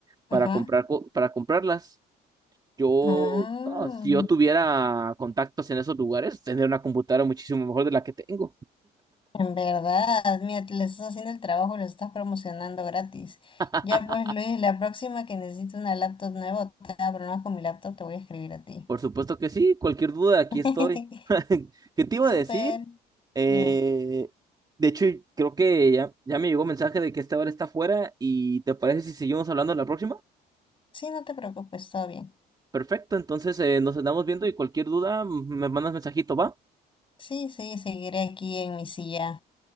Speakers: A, on the left (about 30°); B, on the right (about 25°).
A: ajá.
B: para comprar, co- para comprarlas. Yo,
A: Ah,
B: no, si yo tuviera contactos en esos lugares, tendría una computadora muchísimo mejor de la que tengo.
A: en verdad, mira, te- le estás haciendo el trabajo y lo estás promocionando gratis.
B: <laughs>
A: Ya pues, Luis, la próxima que necesite una laptop nueva, o te abro más con mi laptop, te voy a escribir a ti.
B: Por supuesto que sí, cualquier duda, aquí
A: <laughs>
B: estoy. <laughs> ¿Qué te iba
A: Súper.
B: a decir? Eh,
A: Dime.
B: de hecho, creo que ya, ya me llegó mensaje de que esta hora está fuera y ¿te parece si seguimos hablando en la próxima?
A: Sí, no te preocupes, todo bien.
B: Perfecto, entonces eh, nos andamos viendo y cualquier duda mm, me mandas mensajito, ¿va?
A: Sí, sí, seguiré aquí en mi silla